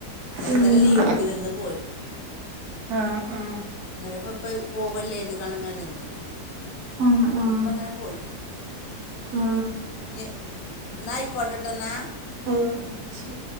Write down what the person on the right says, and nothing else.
ഉം
ആഹ് ആഹ്
ആഹ് ആഹ്
ആഹ്
ആഹ് ആഹ് ശരി